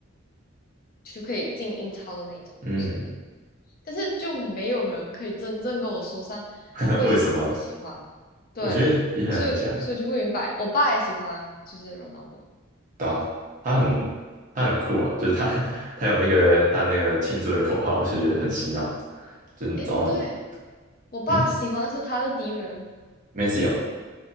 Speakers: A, on the left; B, on the right.
A: 就可以进英超的那一种。
B: 嗯，
A: 所以，但是就没有人可以真正跟我说上
B: <laughs>
A: 为什么他们喜欢。
B: 为什么？
A: 对，
B: 我觉得也很难讲诶，
A: 所以所以就不明白，我爸也喜欢，就是 Ronaldo。
B: 对吧、他很他很酷啊，就是他 <laughs> 他有那个他那个庆祝的口号，我就觉得很洗脑，就是找哪着，
A: 哎，不对，我爸喜欢的是他的敌人。
B: 嗯，Messi 哦